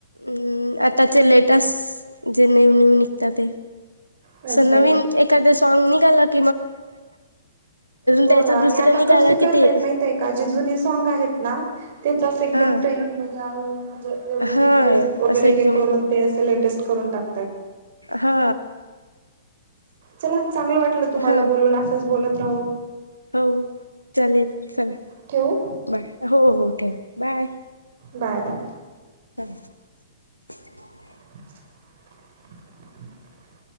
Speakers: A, on the left; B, on the right.
A: अम् आताचे लेटेस्ट जे न्यू न्यू निघतं ते
B: अच्छा
A: स नवीन
B: अच्छा.
A: एखाद्या सॉग नी गलत
B: हो
A: त्याचं
B: ना आणि
A: दुसरं
B: आता
A: निघालं
B: कसे करतायेत
A: की ते
B: माहितेय का जे जुने सॉग आहेत ना तेच असं एकदम
A: हा
B: ट्रेनिंग मधे आणून म्हणजे व्यवस्थित
A: हा
B: म्युझिक वगैरे
A: असं एकदम
B: हे करून ते असं लेटेस्ट करून टाक
A: हा
B: चला चांगलं वाटलं तुम्हाला
A: हा
B: बोलून असंच बोलत <unintelligible>
A: हो चालेल चला
B: ठेवू
A: बाय हो हो ठेव बाय
B: बाय बाय
A: <unintelligible>
B: <inaudible>